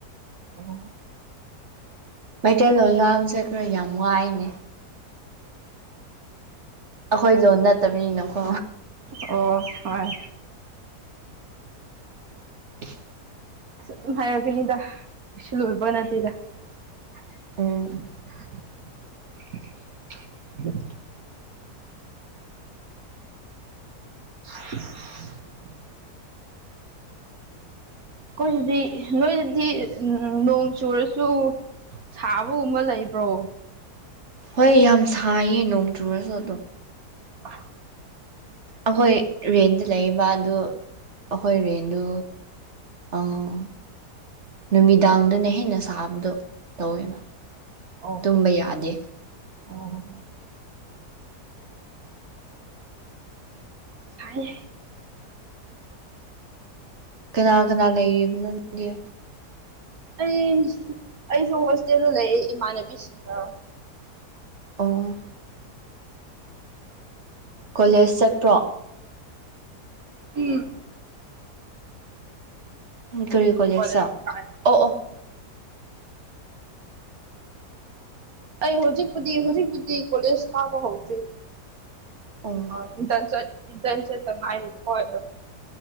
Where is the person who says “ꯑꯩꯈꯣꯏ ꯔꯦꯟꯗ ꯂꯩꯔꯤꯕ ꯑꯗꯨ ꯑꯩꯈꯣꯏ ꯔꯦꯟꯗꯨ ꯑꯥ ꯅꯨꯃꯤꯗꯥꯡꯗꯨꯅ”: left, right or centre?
Right